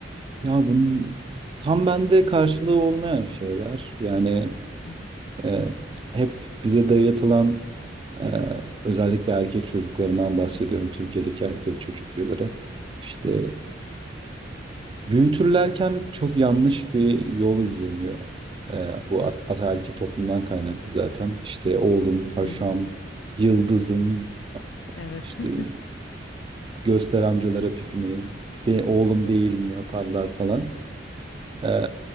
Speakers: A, on the right; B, on the left.
A: ya bunun tam bende karşılığı olmayan şeyler yani
B: Hı
A: e, hep bize dayatılan e, özellikle erkek çocuklarından bahsediyorum Türkiye'deki erkek çocukları işte Büyütürlerken çok yanlış bir yol izleniyor. Ee, bu at- ataerkil toplumdan kaynaklı zaten. İşte oğlum, paşam,
B: hı hı hı. hı.
A: yıldızım,
B: Evet.
A: işte
B: <laughs>
A: göster amcalara pipini, be oğlum değil mi yaparlar falan. Ee,